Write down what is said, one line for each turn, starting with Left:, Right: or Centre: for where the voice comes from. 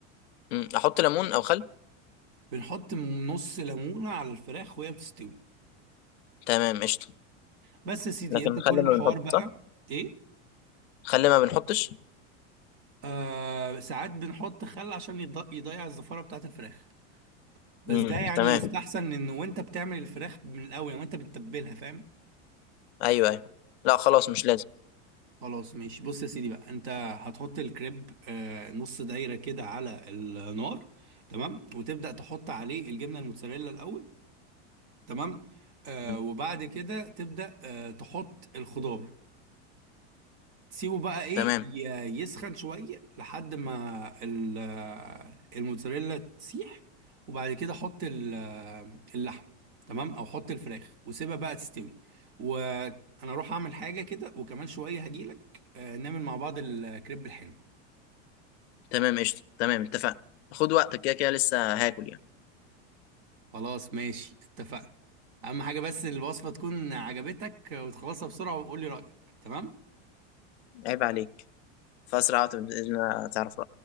Left: مم. احط ليمون او خل
Right: بنحط نص ليمونة على الفراخ وهي بتستوي
Left: تمام قشطة
Right: بس يا سيدي
Left: لكن
Right: انت كل
Left: خل
Right: الحوار
Left: ما بنحطش
Right: بقى
Left: صح؟
Right: ايه
Left: خليه ما بنحطش
Right: آه ساعات بنحط خل عشان يض- يضيع الزفارة بتاعت الفراخ بس
Left: امم
Right: ده يعني
Left: تمام
Right: يستحسن ان وانت بتعمل الفراخ من الاول يعني وانت بتتبلها فاهم
Left: ايوه ايوه لا خلاص مش لازم
Right: خلاص ماشي بص يا سيدي بقى انت هتحط الكريب آه، نص دايرة كده على النار تمام وتبدأ تحط عليه الجبنة الموتزاريلا الأول تمام آه
Left: مم.
Right: وبعد كده تبدأ آه تحط الخضار تسيبه بقى ايه
Left: تمام
Right: ي- يسخن شوية لحد ما ال- الموتزاريلا تسيح وبعد كده حط ال- اللحمة تمام او حط الفراخ وسيبها بقى تستوي وانا اروح اعمل حاجة كده وكمان شوية هجيلك آه، نعمل مع بعض الكريب الحلو
Left: تمام قشطه تمام اتفقنا خد وقتك كده كده لسه هاكل يعني
Right: خلاص ماشي اتفقنا اهم حاجة بس الوصفة تكون عجبتك وتخلصها بسرعة وقولي رأيك تمام
Left: عيب عليك فاسرع وقت باذن الله تعرف